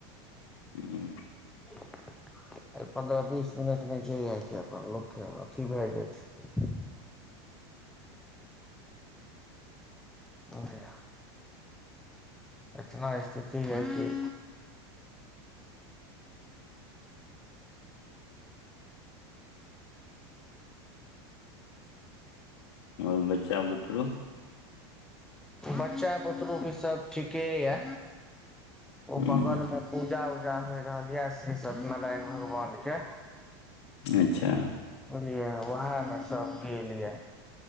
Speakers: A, on the left (about 80°); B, in the centre.
A: ह
B: हेलो एहि पन्द्रह बीस मिनटमे जे हइ कि अपन लोकके अथी भए जाइ छै <inaudible> अरे यार इतना स्थिति है कि
A: ओर बच्चा बुतरू
B: बच्चा बुतरु भी सब ठीके य
A: हूं
B: ओ बगल में पूजा उज पूजा होइ रहल यऽ श्री सत्यनारायण भगवान के
A: अच्छा
B: बुझलियै उएह मे सब गेलिये